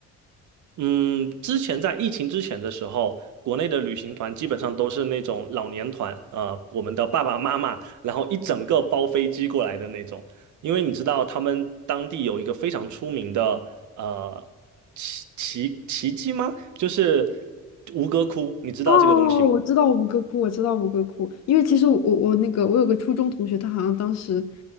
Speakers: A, on the right; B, on the left.
A: 嗯，之前在疫情之前的时候，国内的旅行团基本上都是那种老年团啊、呃我们的爸爸妈妈，然后一整个包飞机过来的那种。因为你知道，他们当地有一个非常出名的呃奇奇奇迹吗？就是吴哥窟，你知道这个东西吗？
B: 哦，我知道吴哥窟，我知道吴哥窟，因为其实我我那个我有个初中同学，他好像当时